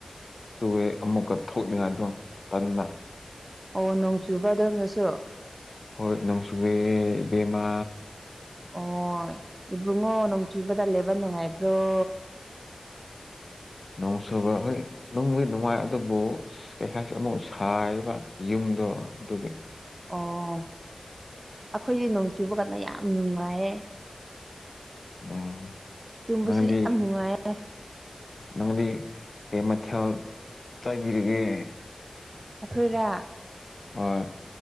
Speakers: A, on the left (about 65°); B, on the right (about 45°).
A: ꯆꯨꯑꯦ ꯑꯃꯨꯛꯀ ꯊꯣꯛꯅꯤꯡꯉꯥꯏꯗꯣ ꯇꯟꯅ
B: ꯑꯣ ꯅꯣꯡ ꯆꯨꯕ ꯑꯗꯨꯣꯝꯅꯁꯨ
A: ꯍꯣꯏ ꯅꯅꯨꯡꯁꯨꯒꯦꯕꯃ
B: ꯑꯣ ꯏꯕ꯭ꯔꯨꯡꯉꯣ ꯅꯣꯡ ꯆꯏꯕ ꯇꯥ ꯂꯩꯦꯕꯥꯟ ꯅꯨꯡꯉꯥꯏ ꯏꯕ꯭ꯔꯣ
A: ꯅꯣꯡꯁꯨꯨꯕ ꯍꯣꯏ ꯅꯨꯡꯕꯨ ꯅꯨꯡꯉꯥꯏ ꯑꯗꯨꯕꯨ ꯀꯩ ꯍꯥꯏꯁꯤ ꯑꯃꯨꯛ ꯁꯥꯏꯌꯦꯕ ꯌꯨꯝ ꯑ ꯑꯗꯨꯒꯤ
B: ꯑꯣ ꯑꯩꯈꯣꯏꯗꯤ ꯅꯣꯡ ꯆꯨꯕ ꯀꯥꯟꯗ ꯌꯥꯝ ꯅꯨꯡꯉꯥꯏꯌꯦ
A: ꯎꯝ
B: ꯇꯨꯝꯕꯁꯨ
A: ꯅꯪꯗꯤ
B: ꯌꯥꯝ ꯅꯨꯡꯉꯥꯏꯌꯦ
A: ꯅꯪꯗꯤ ꯀꯩ ꯃꯈꯦꯜ ꯆꯥꯕꯤꯔꯒꯦ
B: ꯑꯩꯈꯣꯏꯔ
A: ꯑ